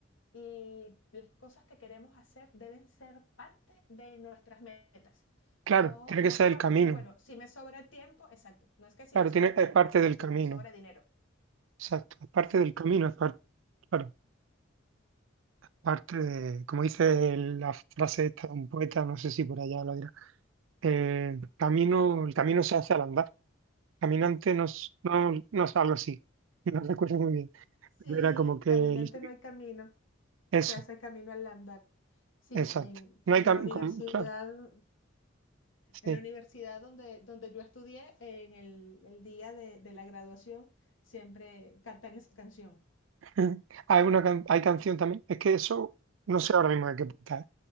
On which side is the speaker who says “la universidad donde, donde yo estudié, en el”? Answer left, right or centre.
Left